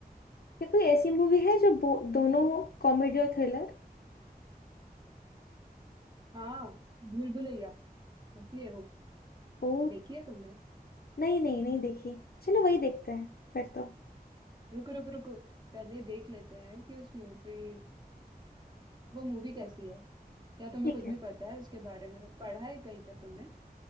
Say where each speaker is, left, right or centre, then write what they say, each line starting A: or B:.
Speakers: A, on the left; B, on the right.
A: या कोई ऐसी मूवी है जो बो- दोनों कॉमेडी और थ्रिलर
B: हाँ भूल भुलैया कैसी है वो
A: ओ
B: देखी है तुमने
A: नहीं नहीं नहीं देखी चलो वही देखते हैं फिर तो
B: रुको रुको रुको पहले देख लेते हैं कि उस मूवी वो मूवी कैसी है क्या तुम्हें
A: ठीक
B: कुछ
A: है
B: भी पता है उसके बारे में पढ़ा है कहीं पर तुमने